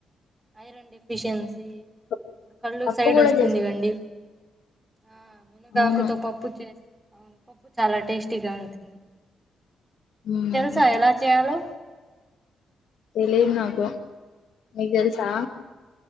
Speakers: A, on the right (about 15°); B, on the left (about 75°).
A: ఐరన్ డెఫిషియన్సీ
B: ప-
A: ఇప్పుడు కళ్ళు
B: పప్పు
A: సైడ్
B: కూడా
A: వస్తుంది
B: చేస్తా
A: కండి ఆ మునగాకుతో
B: అవును
A: పప్పు చే అవును పప్పు చాల టేస్టీగా ఉంటుంది మీక్
B: ఉమ్
A: తెల్సా ఎలా చేయాలో
B: తెలీదు నాకు మీక్ తెల్సా